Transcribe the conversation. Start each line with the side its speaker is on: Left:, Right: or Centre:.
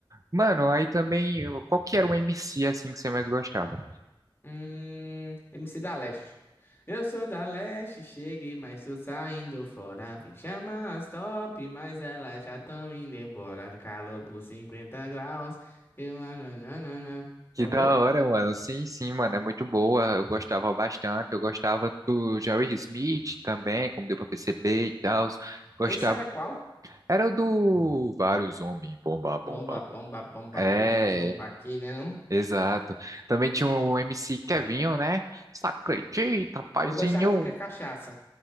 Right: Mano, aí também, qual que era o MC, assim, que você mais gostava?
Left: Hum, MC da Leste. Eu sou da Leste, cheguei, mas tô saindo fora. Vim chamar as top, mas elas já tão indo embora. Calor por 50 graus. Eu, ah, não não, não, não.
Right: Que
Left: Já
Right: da
Left: viu?
Right: hora, mano. Sim, sim, mano, é muito boa. Eu gostava bastante. Eu gostava do Jerry Smith também, como deu pra perceber e tal. Gostava.
Left: Esse era qual?
Right: Era o do vários homens, bomba, bomba,
Left: Bomba,
Right: bomba.
Left: bomba, bomba,
Right: É,
Left: bomba, bomba aqui, né não?
Right: Exato. Também tinha o MC Kevinho, né? Só acredita, paizinho.
Left: Eu gostava do que é cachaça.